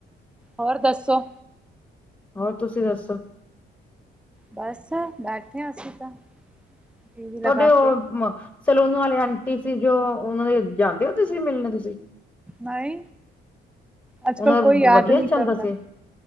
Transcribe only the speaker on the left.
ਹੋਰ, ਤੁਸੀਂ ਦੱਸੋ?
ਤੁਹਾਡੇ ਉਹ,
ਸੈਲੂਨ ਵਾਲੇ ਆਂਟੀ ਸੀ ਜੋ, ਉਹਨਾਂ ਦੇ ਜਾਂਦੇ ਓ ਮਿਲਨ ਤੁਸੀ।
ਉਹਨਾਂ
ਦਾ
ਵਧੀਆ
ਚੱਲਦਾ
ਸੇ।